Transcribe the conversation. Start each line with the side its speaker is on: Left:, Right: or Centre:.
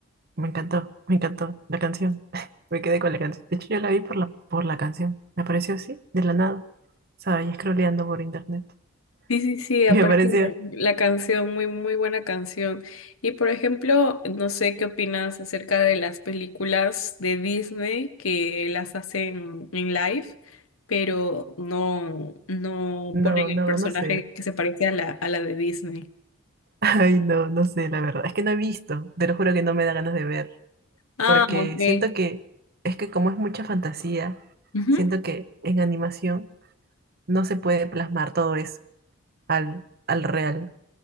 Right: me encantó, me encantó la canción, <laughs> me quedé con la canción, de hecho yo la vi por la, por la canción, me apareció así, de la nada, o sea, ahí scrolleando por internet,
Left: Sí, sí,
Right: <laughs>
Left: sí, aparte
Right: y me pareció,
Left: la, la canción, muy, muy buena canción. Y por ejemplo, no sé qué opinas acerca de las películas de Disney que las hacen en live, pero no, no
Right: no,
Left: ponen
Right: no,
Left: el personaje
Right: no sé,
Left: que se parece a la, a la de Disney.
Right: <laughs> ay, no, no sé, la verdad, es que no he visto, te lo juro que no me da ganas de ver,
Left: Ah,
Right: porque
Left: ok.
Right: siento que, es que como es mucha fantasía,
Left: Ujú,
Right: siento que en animación no se puede plasmar todo eso al, al real.